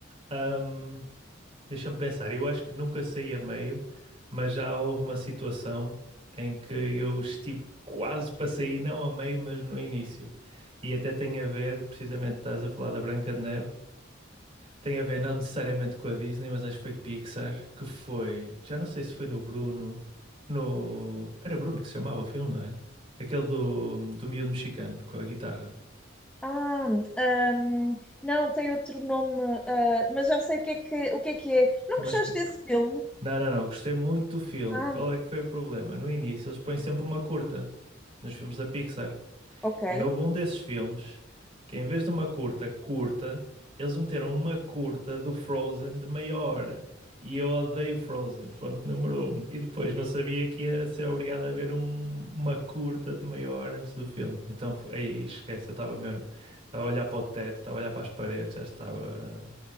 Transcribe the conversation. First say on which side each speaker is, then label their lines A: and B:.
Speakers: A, on the right (about 30°); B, in the centre.
A: Ahm, deixa-me pensar. Eu acho que nunca saí a meio, mas já houve uma situação em que eu estive quase para sair, não a meio, mas no início. E até tem a ver, precisamente, estás a falar da Branca de Neve. Tem a ver não necessariamente com a Disney, mas acho que foi Pixar, que foi. Já não sei se foi no Bruno. No. Era Bruno que se chamava o filme, não é? Aquele do, do miúdo mexicano com a guitarra.
B: Ah, ahm, não, tem outro nome, ah, mas já sei o que é que, o que é que é.
A: Estou-me
B: Não gostaste
A: a esquecer.
B: desse filme?
A: Não, não, não. Gostei muito do filme.
B: Ah,
A: Qual é que foi o problema? No início eles põem sempre uma curta nos filmes da Pixar.
B: ok.
A: E houve um desses filmes que, em vez de uma curta curta, eles meteram uma curta do Frozen de meia hora. E eu odeio Frozen, ponto número um. E depois não sabia que ia ser obrigado a ver um- uma curta de meia hora antes do filme. Então, f- aí esquece, eu estava mesmo. Estava a olhar para o teto, estava a olhar para as paredes, já estava